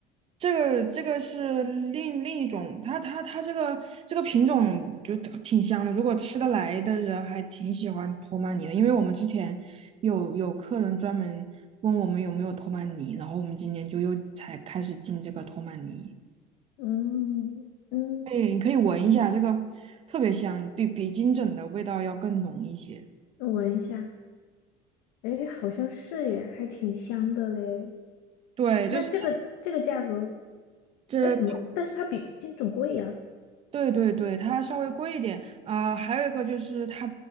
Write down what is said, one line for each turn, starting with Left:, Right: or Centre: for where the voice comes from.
Right: 这个这个是另另一种，它它它这个这个品种就挺香的，如果吃得来的人还挺喜欢托曼尼的，因为我们之前有有客人专门问我们有没有托曼尼，然后我们今年就又才开始进这个托曼尼。
Left: 嗯嗯，
Right: 哎，你可以闻一下，这个特别香，比比金枕的味道要更浓一些。
Left: 我闻一下，诶，好像是耶，还挺香的嘞。
Right: 对，就是。
Left: 那这个这个价格，
Right: 这。
Left: 呃，怎么？但是它比金枕贵呀、
Right: 对对对，它稍微贵一点啊、还有一个就是它，